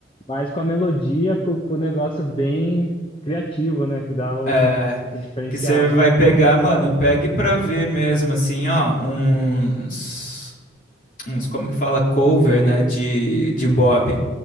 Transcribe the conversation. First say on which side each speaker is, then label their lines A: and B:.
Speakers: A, on the left; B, on the left.
A: mas com a melodia, com, com o negócio bem criativo, né? Que dá o,
B: É,
A: o diferencial,
B: que você vai
A: né?
B: pegar, mano, pegue pra ver mesmo, assim, ó, uns, uns, como que fala, cover, né, de, de Bob.